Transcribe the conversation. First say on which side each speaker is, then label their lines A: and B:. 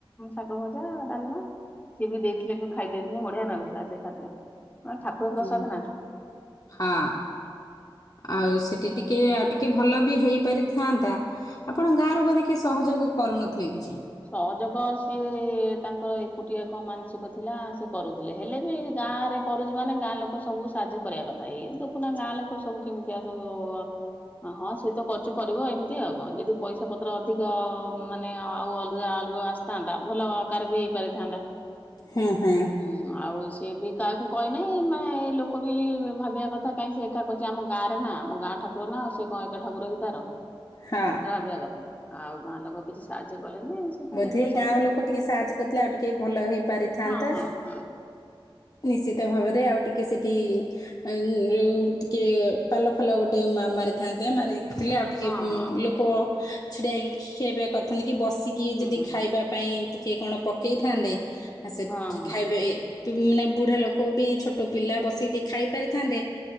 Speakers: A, on the left (about 15°); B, on the left (about 40°).
A: ଶାଗ ଭଜା ଡାଲିମା। ସିଏ ବି ଦେଇଥିଲେ ବି ଖାଇଦେଇଥିନି ବଢିଆ ଲାଗୁଥିଲା ସେ ଖାଦ୍ୟ। ଠାକୁର ପ୍ରସାଦ
B: ହୁଁ,
A: ନା
B: ହଁ। ଆଉ ସେଠି ଟିକେ ଆଉ ଟିକେ ଭଲ ବି ହେଇପାରିଥାନ୍ତା। ଆପଣ ଗାଁରୁ ବୋଧେ କିଏ ସହଯୋଗ କରୁନଥିଲେ କିଛି।
A: ସହଯୋଗ ସିଏ ତାଙ୍କର ଏକୁଟିଆ କଣ ମାନସିକ ଥିଲା ସେ କରୁଥିଲେ ହେଲେ ବି ଗାଁରେ କରୁଛି ମାନେ ଗାଁ ଲୋକ ସବୁ ସାହାଯ୍ୟ କରିବା କଥା ଇଏ ଦେଖୁନା ଗାଁ ଲୋକ ସବୁ କେମିତି ଆସବୁ ହଁ ସେ ତ କରୁଛି କରିବ ଏମିତି ଆଉ କଣ ଯଦି ପଇସା ପତ୍ର ଅଧିକ ମାନେ ଆଉ ଅଲ୍ ଗା ଅଲଗା ଆସିଥାନ୍ତା ଭଲ ଆକାର ବି ହେଇପାରିଥାନ୍ତା।
B: ହଁ ହଁ।
A: ହୁଁ ଆଉ ସିଏ ବି କାହାକୁ କହିନାହିଁ ମା ଲୋକ ବି ଭାବିବା କଥା କାହିଁ ସେ ଏକା କହୁଛି ଆମ ଗାଁରେ ନା ଆମ ଗାଁ ଠାକୁର ନାଉ ସେ କ ଏକା ଠାକୁର କି ତାର।
B: ହଁ।
A: ଭାବିନା କଥା। ଆଉ ଗାଁ ଲୋକ କିଛି ସାହାଯ୍ୟ କଲେନି। ସେ ତାର
B: ବୋଧେ
A: ଏକା ସବୁ
B: ଗାଁ
A: କରୁଛି।
B: ଲୋକ ଟିକେ ସାହାଯ୍ୟ କରିଥିଲେ ଆଉ ଟିକେ ଭଲ ହେଇ ପାରିଥାନ୍ତା।
A: ହଁ ହଁ ହଁ
B: ନିଶ୍ଚିତ ଭାବରେ ଆଉ ଟିକେ ସେଠି ଉଁ ଯୋଉ ଟିକେ ପାଲ ଫାଲ ଟିକେ ମା ମାରିଥାନ୍ତେ ମାରିହେଇକିଥିଲେ ଅ ଟିକେ
A: ହଁ ହଁ
B: ଲୋକ ଛିଡ଼ା ହେଇକି ଖିଆ ପିଆ କରିଥାନ୍ତେ କି ବସିକି
A: ହୁଁ
B: ଯଦି
A: ହୁଁ
B: ଖାଇବା ପାଇଁ ଟିକେ କଣ ପକେଇଥାନ୍ତେ ଆଉ ସେଠି
A: ହଁ
B: ଖାଇବେ। ଟୁ ମାନେ ବୁଢା ଲୋକ ବି ଛୋଟ ପିଲା ବସିକି ଟିକେ ଖାଇ ପାରିଥାନ୍ତେ।